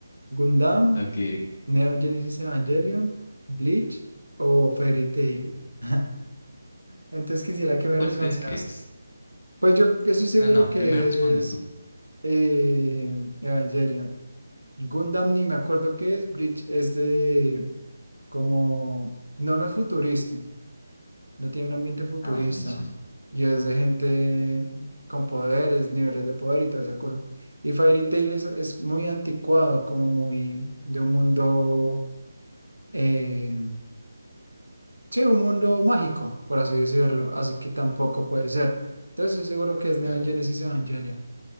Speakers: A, on the right; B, on the left.
A: Gundam,
B: Okay.
A: Neon Genesis Evangelion, Bleach o Fairy Tail. <laughs> Entonces quisiera que me
B: ¿Cuál
A: respondieras.
B: crees que es?
A: Pues yo estoy seguro
B: No, no,
A: que
B: primero responde
A: es
B: tú.
A: eh, Evangelion. Gundam ni me acuerdo qué es. Bleach es de como... No, no es futurista. No tiene un ambiente futurista.
B: No, Bleach no es factura.
A: Y es de gente con poderes, niveles de poder y toda esa cosa. Y Fairy Tail es, es muy anticuado, como muy de un mundo... eh, sí, un mundo mágico, por así decirlo. Así que tampoco puede ser. Entonces estoy seguro que es Neon
B: Claro.
A: Genesis Evangelion.